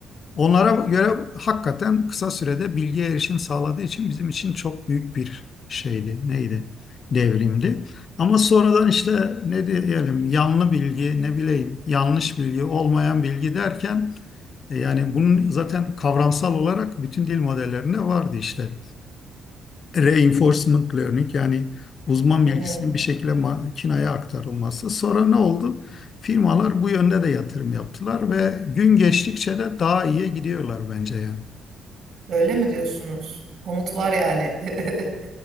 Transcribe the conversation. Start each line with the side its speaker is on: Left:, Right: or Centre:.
Left: Onlara göre hakikaten kısa sürede bilgiye erişim sağladığı için bizim için çok büyük bir şeydi. Neydi? Devrimdi. Ama sonradan işte ne diyelim yanlı bilgi, ne bileyim yanlış bilgi, olmayan bilgi derken e, yani bunun zaten kavramsal olarak bütün dil modellerinde vardı işte. Reinforcement learning yani uzman
Right: Hı
Left: bilgisinin
Right: hı.
Left: bir şekilde makineye aktarılması. Sonra ne oldu? Firmalar bu yönde de yatırım yaptılar ve gün geçtikçe de daha iyiye gidiyorlar bence yani.
Right: Öyle mi diyorsunuz? Umut var yani. <laughs>